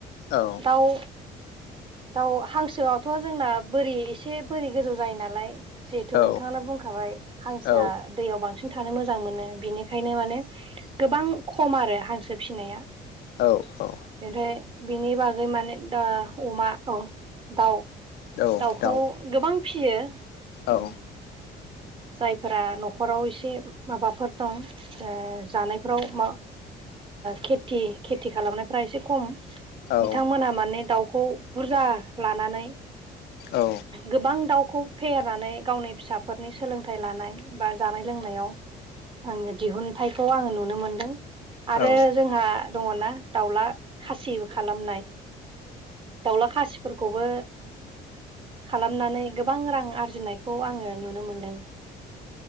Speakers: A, on the left; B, on the right.
A: औ
B: दाउ दउ हांसोआवथ' जोंना बोरि एसे बोरै गोजौ जायो नालाय जिहेथु
A: औ
B: नोंथां बुंखाबाय हांसोआ
A: औ
B: दैयाव बांसिन थानो मोजां मोनो बिनि ओंखायनो माने गोबां खम आरो हांसो फिसिनाया।
A: औ औ।
B: ओमफ्राय बिनि बागै माने दा अमा दाउ
A: औ
B: दाउखौ
A: दाउ
B: गोबां फियो
A: औ
B: उम जायफोरा न'खराव एसे माबाफोर दं जानायफ्राव मा खेथि खेथि खालामनायफ एसे खम बिथांमोना
A: औ
B: माने दाउखौ बुरजा लानानै
A: औ
B: गोबां दाउखौ फेहेरनानै गावनि फिसाफोरनि सोलोंथाइ लानाय बा जानाय लोंनायाव आङो दिहुनथाइखौ आङो नुनो मोनदों आरो
A: औ
B: जोंहा दङनाा दाउला खासिबो खालामनाय दाउला खासिफोरखौबो खालामनानै गोबां रां आरजिनायखौ आङो नुनो मोनदों